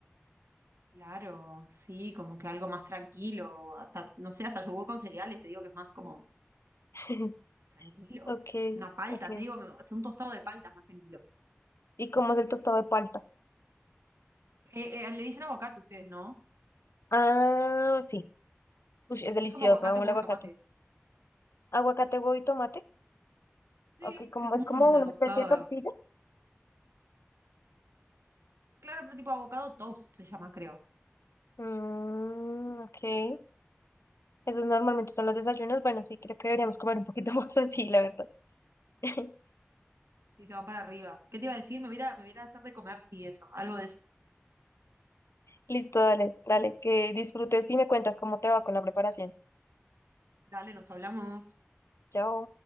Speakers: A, on the right; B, on the left.
A: Claro, sí, como que algo más tranquilo. Hasta, no sé, hasta yogur con cereales, te digo que es más como
B: <laughs>
A: tranquilo.
B: Ok,
A: Una palta,
B: ok.
A: te digo, me- hasta un tostado de palta es más tranquilo.
B: ¿Y cómo es el tostado de palta?
A: Eh, eh, le dicen aguacate ustedes, ¿no?
B: Ah, sí. Uy, es delicioso,
A: Es como aguacate,
B: amo
A: huevo
B: el aguacate.
A: y tomate.
B: Aguacate, huevo y tomate.
A: Sí,
B: Ok, como,
A: es como
B: es como
A: una
B: una
A: tostada.
B: especie de tortilla.
A: Claro, pero tipo avocado toast se llama, creo.
B: Mm, ok. Esos normalmente son los desayunos. Bueno, sí, creo que deberíamos comer un poquito <laughs> más así, la verdad. <laughs>
A: y se van para arriba. ¿Qué te iba a decir? Me voy a, me voy a hacer de comer, sí, eso. Algo de eso.
B: Listo, dale, dale, que disfrutes y me cuentas cómo te va con la preparación.
A: Dale, nos hablamos.
B: Chao.